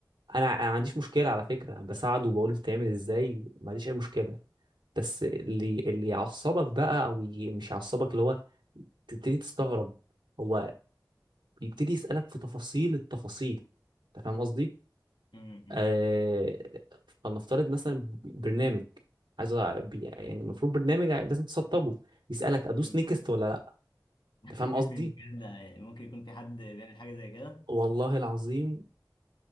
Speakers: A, on the right (about 80°); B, on the left (about 80°).
A: انا انا ما عنديش مشكلة على فكرة بساعده وبقول له بتتعمل ازاي ما عنديش اي مشكلة بس اللي اللي يعصبك بقى او ي- مش يعصبك اللي هو تبتدي تستغرب هو بيبتدي يسألك في تفاصيل التفاصيل انت فاهم قصدي
B: امم
A: آه، فلنفترض مثلا برنامج عايز أ- بي- يعني المفروض برنامج ع- لازم تسطبه يسألك ادوس
B: امم
A: نيكست ولا لا انت
B: <laughs>
A: فاهم
B: بجد
A: قصدي
B: يعني ممكن يكون في حد بيعمل حاجه زي كده
A: والله العظيم